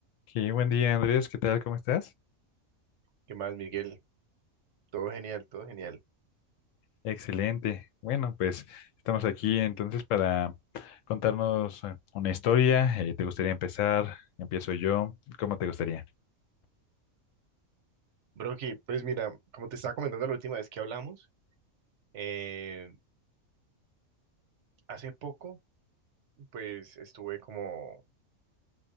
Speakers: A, on the left (about 70°); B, on the right (about 60°).
A: Qué buen día, Andrés. ¿Qué tal? ¿Cómo estás?
B: ¿Qué más, Miguel? Todo genial, todo genial.
A: Excelente. Bueno, pues estamos aquí entonces para contarnos eh, una historia. Eh, ¿te gustaría empezar? Empiezo yo. ¿Cómo te gustaría?
B: Broki, pues mira, como te estaba comentando la última vez que hablamos, eh, hace poco, pues estuve como,